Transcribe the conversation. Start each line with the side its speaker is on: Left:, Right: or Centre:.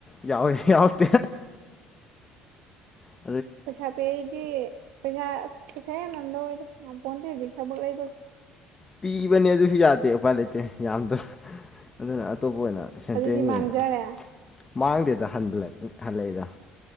Left: ꯌꯥꯎꯋꯦ ꯌꯥꯎꯔꯛꯇꯦ ꯍꯦ
Right: ꯄꯩꯁꯥ ꯄꯤꯔꯗꯤ ꯄꯩꯁꯥ ꯑꯁ ꯄꯩꯁꯥ ꯌꯥꯝ ꯌꯥꯝ ꯂꯧꯋꯦꯗ ꯉꯝ ꯄꯣꯟꯇꯦ ꯍꯨꯖꯤꯛ ꯊꯕꯛ ꯂꯩꯕꯒ
Left: ꯄꯤꯕꯅꯦ ꯑꯗꯨꯖꯨ ꯌꯥꯗꯦ ꯎꯄꯥꯏ ꯂꯩꯇꯦ ꯌꯥꯝꯗ ꯑꯗꯨꯅ ꯑꯇꯣꯞꯄ ꯑꯣꯏꯅ ꯁꯦꯟꯇ꯭ꯔꯦꯟꯒꯤ
Right: ꯑꯗꯨꯗꯤ ꯃꯥꯡꯖꯔꯦ
Left: ꯑꯣꯏꯅ ꯃꯥꯡꯗꯦꯗ ꯍꯟꯂꯛ ꯍꯜꯂꯛꯏꯗ